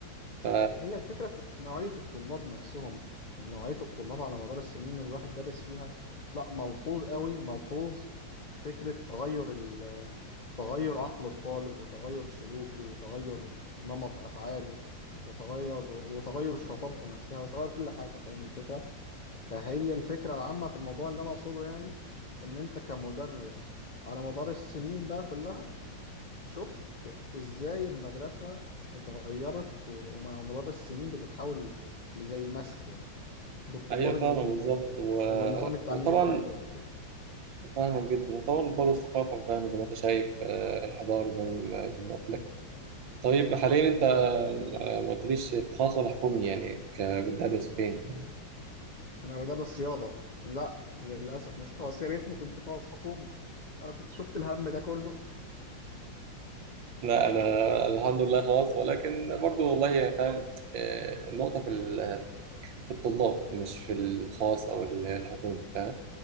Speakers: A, on the right; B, on the left.
A: ف
B: هي الفكرة في نوعية الطلاب نفسهم يعني نوعية الطلاب على مدار السنين اللي الواحد درس فيها لا ملحوظ قوي ملحوظ فكرة تغير ال- تغير عقل الطالب وتغير سلوكه وتغير نمط أفعاله وتغير وتغير شطارته نفسها وتغير كل حاجة فاهم الفكرة فهي الفكرة العامة في الموضوع اللي أنا أقصده يعني إن أنت كمدرس على مدار السنين بقى كلها شفت ازاي المدرسة اتغيرت و- ومع مدار السنين بتتحول لزي مسخ يعني بالطلاب
A: هي فاهمة
B: اللي فيها
A: بالظبط
B: يعني
A: و...
B: وبالنظام التعليمي
A: وطبعا
B: كله
A: فاهمة جدا وطبعا برضه الثقافة فاهمة زي ما أنت شايف آه، الحضارة زي ما زي ما قلت لك طيب حاليا أنت آه، ما قلتليش في خاص ولا حكومي يعني ك- بتدرس فين؟
B: انا بدرس رياضة لا للأسف مش خاص يا ريتني كنت خاص حكومي انا كنت شفت الهم ده كله
A: لا أنا الحمد لله خاص ولكن برضه والله فاهم آه، النقطة في ال- في الطلاب مش في الخاص أو ال- الحكومي فاهم؟